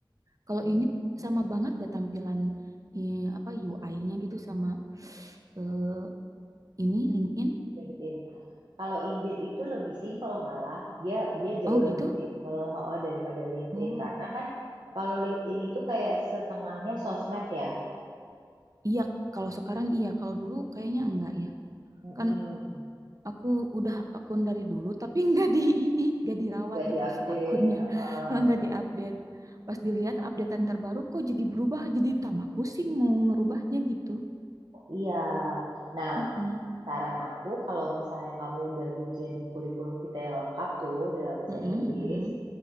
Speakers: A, on the right; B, on the right.
A: Kalau
B: mm,
A: ini sama banget gak tampilan eh, apa UI-nya gitu sama eh, ini LinkedIn?
B: LinkedIn. Kalau Indeed itu lebih simpel malah. Dia dia jauh
A: Oh gitu?
B: lebih simpel oh, daripada LinkedIn
A: Oh
B: karena kan kalau LinkedIn itu kayak setengahnya sosmed ya.
A: iya. Kalau sekarang iya. Kalau dulu kayaknya enggak ya.
B: Mm-mm,
A: Kan Aku udah akun dari dulu, tapi <laughs> nggak di ini, nggak dirawat
B: Nggak
A: gitu
B: diupdate.
A: si akunnya,
B: Heeh.
A: <laughs> nggak diupdate. Pas dilihat updatean terbaru, kok jadi berubah, jadi tambah pusing mau ngerubahnya gitu.
B: Iya. Nah,
A: Mm-mm.
B: Saran aku, kalau misalnya kamu udah bikin kurikulum kita yang lengkap tuh dalam bahasa
A: Mm-mm,
B: Inggris,
A: mm-mm,